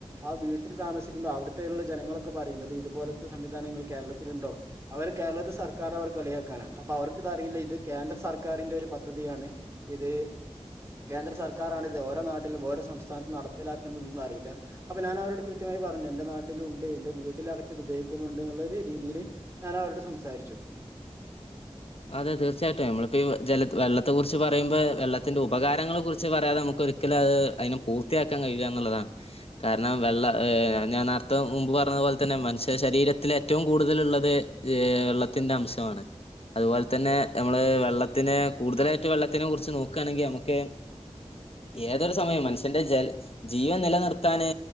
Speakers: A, on the right; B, on the left.
A: ആ വീട്ടിൽ താമസിക്കുമ്പോൾ അവിടുത്തെുള്ള ജനങ്ങളൊക്കെ പറയുന്നത് ഇതുപോലത്തെ സംവിധാനങ്ങൾ കേരളത്തില ഉണ്ടോ അവർ കേരളത്തെ സർക്കാരിന അവർ കളിയാക്കാണ് അപ്പൊ അവർക്കിതറിയില്ല ഇത് കേന്ദ്ര സർ സർക്കാരിൻറെ ഒരു പദ്ധതിയാണ് ഇത് കേന്ദ്ര സർക്കാാരാണ് ഇത് ഓരോ നാട്ടിലും ഓരോ സംസ്ഥാനത്തും നടപ്പിലാക്കുന്നത്ന്ന് അറിയില്ല അപ്പൊ ഞാൻ അവരോട് കൃത്യമായി പറഞ്ഞു എൻറെ നാട്ടില ഉണ്ട് എൻറെ വീട്ടിലടക്ക ഇത് ഉപയോഗിക്കുന്നുണ്ട് എന്നുള്ളരു രീതിൽ ഞാൻ അവരോട് സംസാരിച്ചു
B: അതെ തീർച്ചയായിട്ടും നഞമ്മളിപ്പോ ജല വെള്ളത്തെ കുറിച്ച് പറയുമ്പോ വെള്ളത്തിന്റെ ഉപകാരങ്ങളെ കുറിച്ച് പറയാതെ നമുക്കരിക്കലും അത് അതിനെ പൂർത്തിയാക്കാൻ കഴിയ എന്നുള്ളതാണ് കാരണം വെള്ള ർ ഞാൻ നേരത്തെ മുമ്പ് പറഞ്ഞതു പോലെ തന്നെ മനുഷ്യ ശരീരത്തിലൽ ഏറ്റവും കൂടുതൽ ഉള്ളത് ഏർ വെള്ളത്തിറെ അംശമാണ് അതുപോലെ തന്നെ നമ്മള് വെള്ളത്തിന് കൂടുതലായിട്ട് വെള്ളത്തിനെ കുറിച്ച് നോക്കുകയാണെങ്കിൽ നമുക്ക് ഏതൊരു സമയവും മനുഷ്യന്റെ ജ ജീവൻ നിലനിർത്താന്